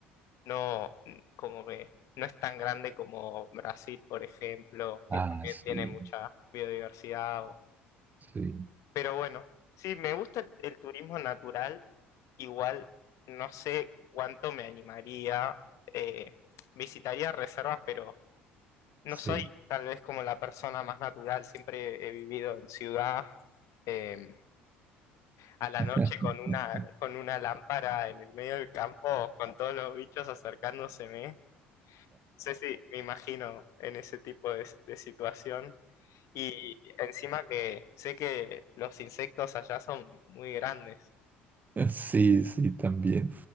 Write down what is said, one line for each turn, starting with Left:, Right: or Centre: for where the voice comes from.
Left: no, n- como que no es tan grande como Brasil, por ejemplo,
Right: Ah,
Left: que también
Right: sí,
Left: tiene mucha biodiversidad. o-
Right: sí,
Left: pero bueno, sí, me gusta el, el turismo natural, igual no sé cuánto me animaría, eh, visitaría reservas, pero... No
Right: sí.
Left: soy tal vez como la persona más natural, siempre he vivido en ciudad, eh, a la
Right: <laughs>
Left: noche con una, con una lámpara en el medio del campo, con todos los bichos acercándoseme. No sé si me imagino en ese tipo de, de situación. Y encima que sé que los insectos allá son muy grandes.
Right: Sí, sí, también.